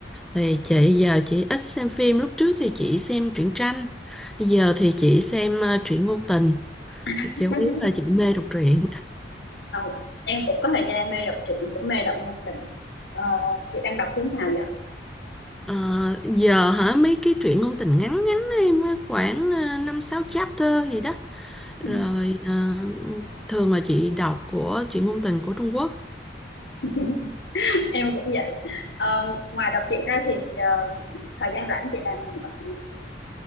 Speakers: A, in the centre; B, on the left.
A: Thì chị giờ chị ít xem phim. Lúc trước thì chị xem truyện tranh, giờ thì chị xem à, truyện ngôn tình.
B: <laughs>
A: Chủ yếu là chị mê đọc truyện.
B: Không, em cũng có thời gian em mê đọc truyện, cũng mê đọc ngôn tình. Ờ, chị đang đọc cuốn nào vậy?
A: À, giờ hả mấy cái truyện ngôn tình ngắn ngắn em á, khoảng à, năm sáu chapter gì đó.
B: Ừ.
A: Rồi à, thường là chị đọc của truyện ngôn tình của Trung Quốc.
B: <laughs> Em cũng vậy. Ờ, ngoài đọc truyện ra thì ờ, thời gian rảnh chị làm gì? Có Chị